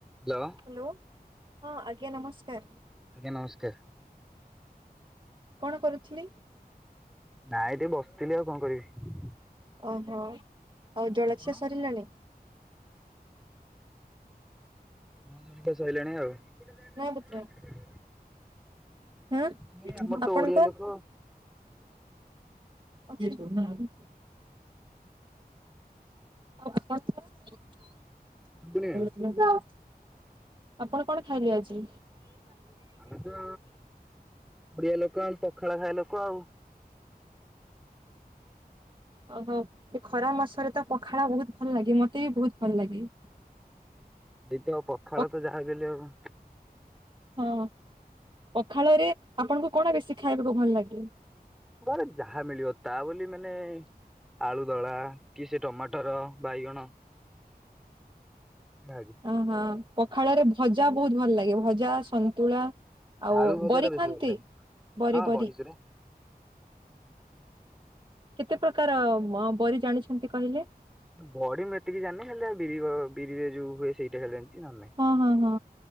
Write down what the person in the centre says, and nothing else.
Hello
ଆଜ୍ଞା ନମସ୍କାର।
ନାଇଁ ଟିକେ ବସିଥିଲି ଆଉ କଣ କରିବି?
ଆପଣ
ହଁ ଜଳଖିଆ ସଇଲାଣି ଆଉ।
ନାଇଁ ଆମର ତ
ଓଡିଆ ଲୋକ
ଶୁଭୁନି ମ୍ୟାମ୍
ଆମେ ତ ଓଡିଆ ଲୋକ ପଖାଳ ଖାଇବା ଲୋକ ଆଉ।
ସେଇତ ପଖାଳକୁ
ଯାହାବି ହେଲେ ଆଉ।
ମୋର ଯାହା ମିଳିବ ତା ବୋଲି ମାନେ ଆଳୁଦଳା କି ସେ ଟମାଟର, ବାଇଗଣ ଯାହାବି
ଆଳୁ ଭଜା
ଟା ବେଶୀ
ଭଲ ଲାଗେ।
ହଁ
ବଡି ଚୁରା
ବଡି ମୁଁ ଏତିକି ଜାଣି ହେଲେ ବିରି ବିରିରେ ଯୋଉ ହୁଏ ସେଇଟା ଖାଲି ଜାଣିଛି। ନହେଲେ ନାଇଁ।